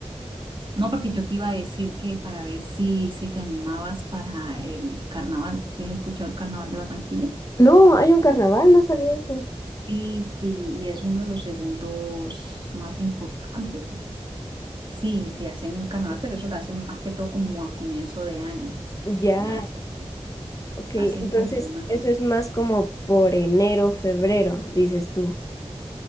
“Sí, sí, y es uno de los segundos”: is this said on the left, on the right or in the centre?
Right